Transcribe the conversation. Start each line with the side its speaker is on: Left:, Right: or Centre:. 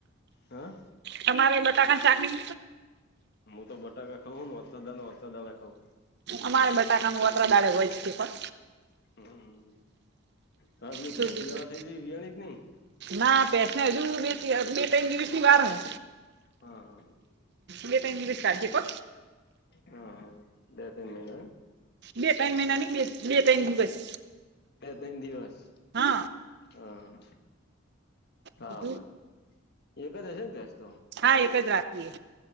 Left: હા
Right: તમારે બટાકા શાકની.
Left: હું તો બટાકા ખાઉ ને વરસાદ <unintelligible> ખાંઉ.
Right: અમારે બટાકાનું અત્રે દારે હોય છે પણ.
Left: હમ હ પેલી
Right: શું
Left: ભેસી
Right: બીજું
Left: <unintelligible> થઈ તી વીઆણી કે ની.
Right: ના ભેંસ ને હજુ બે ત્રણ દિવસ ની વાર હો. હ
Left: હા હા
Right: બે ત્રણ દિવસ <unintelligible> કો.
Left: હા હા બે તન મહિના.
Right: બે ત્રણ મહિના નહીં બે તઇણ દિવસ.
Left: બે તઇન દિવસ
Right: હા
Left: હ હા. હા
Right: બીજું?
Left: <unintelligible> એક જ હશે ને ભેંસ તો.
Right: હા એક જ રાખીએ